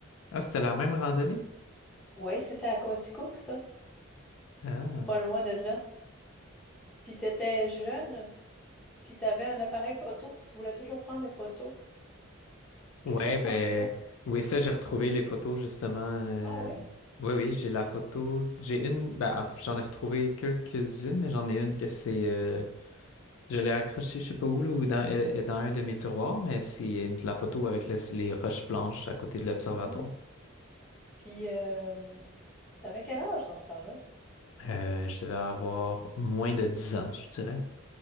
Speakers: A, on the left; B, in the centre.
A: Ah, c'était la même randonnée?
B: Oui, c'était à Coaticook, ça,
A: Ah.
B: pas loin de là. Puis t'étais jeune, puis t'avais un appareil photo, puis tu voulais toujours prendre des photos.
A: Ouais,
B: Quelque chose
A: ben.
B: comme ça.
A: Oui, ça, j'ai retrouvé les photos, justement. euh,
B: Ah ouais.
A: Oui, oui, j'ai la photo. J'ai une. Ben, ah, j'en ai retrouvé quelques-unes, mais j'en ai une que c'est. euh, Je l'ai accrochée, je sais pas où, là, ou dans, elle- est dans un de mes tiroirs, mais c'est une- la photo avec le- les roches blanches à côté de l'observatoire.
B: Mhm. Puis, euh, t'avais quel âge dans ce temps-là?
A: Euh, je devais avoir moins de 10 ans, je dirais.